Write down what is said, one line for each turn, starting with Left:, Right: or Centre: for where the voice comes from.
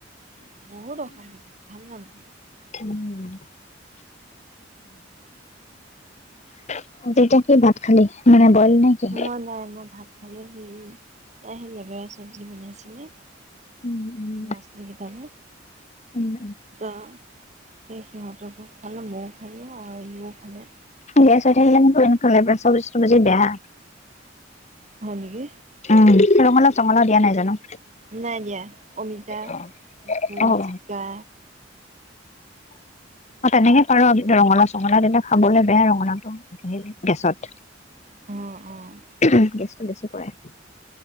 Right: বহুত অশান্তি লাগে, ভাল নালাগে।
Left: উম। <unintelligible> ভাত খালি মানে বইল নে কি?
Right: মই নাই, মই ভাত খালো, হেৰি তাই হেই লেবেৰা চব্জি বনাইছিলে <unintelligible>
Left: উম, উম।
Right: তাৰপিছত
Left: উম,
Right: আও সেই সিহঁতকো‌ খুৱালো, মই ও খালো আৰু ইও খালে।
Left: গেছ হৈ থাকিলে মোৰ পেইন কৰে, <unintelligible> বেয়া।
Right: হয় নেকি?
Left: উম, ৰঙালাও চঙালাও দিয়া নাই জানো?
Right: নাই দিয়া, অমিতা,
Left: অ',
Right: ভোল‌,
Left: অ',
Right: জিকা
Left: অ, তেনেকে পাৰ, ৰঙালাও চঙলাও‌ দিলে খাবলৈ বেয়া ৰঙালাওটো, হেৰি গেছত।
Right: অ', অ',
Left: <inaudible> বেছি কৰে।